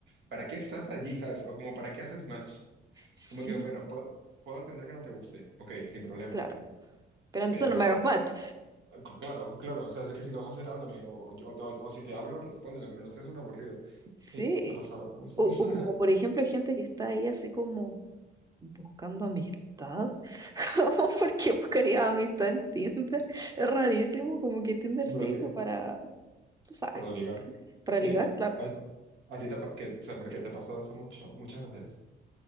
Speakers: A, on the right; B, on the right.
A: ¿para qué estás allí, sabes? O como, ¿para qué haces match?
B: Sí,
A: Como que, bueno, puedo, puedo entender que no te guste. Ok, sin problema.
B: claro. Pero entonces
A: Pero
B: no me hagas match.
A: C- Claro, claro, o sea, sé que si lo vas a hacer, háblame, o, o, yo- o- o si te hablo, respóndeme, pero no seas un aburrido.
B: Sí,
A: Sí, ha pasado.
B: o, o como
A: <laughs>
B: por ejemplo gente que está ahí así como buscando amistad. <laughs> ¿Cómo? ¿Por qué buscaría amistad en Tinder? Es rarísimo, como que Tinder
A: Pero
B: se hizo
A: que,
B: para, tú sabes,
A: para ligar.
B: para
A: Sí,
B: ligar, claro.
A: a, a ti te, ha pa- que, o sea, porque te ha pasado eso mucho, muchas veces.